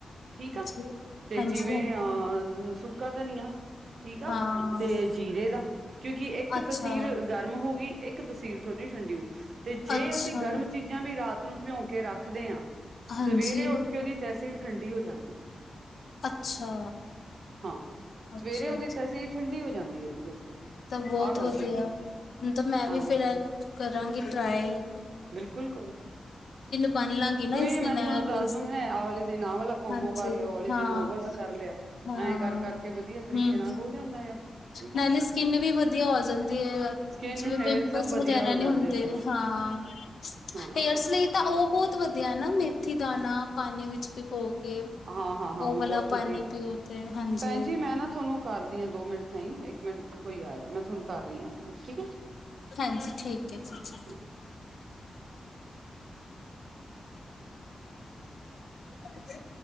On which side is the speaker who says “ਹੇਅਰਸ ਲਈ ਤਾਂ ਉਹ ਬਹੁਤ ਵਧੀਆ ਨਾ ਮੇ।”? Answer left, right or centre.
Left